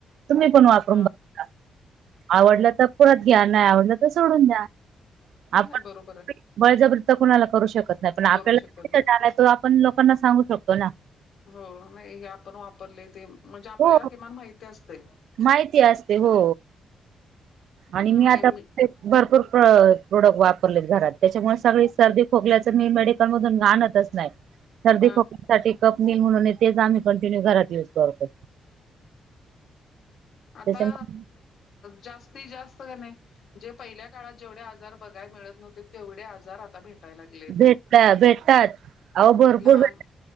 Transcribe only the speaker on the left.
हा
नाही बरोबर आहे
करू शकत.
हो नाही हे आपण वापरले ते म्हणजे आपल्याला
किमान माहिती असते
हा
नाही
हा
आता
जास्तीत जास्त नाही जे पहिल्या काळात जेवढे आजार बघाय मिळत नव्हते तेवढे आजार आता भेटायला लागले ते.
लहान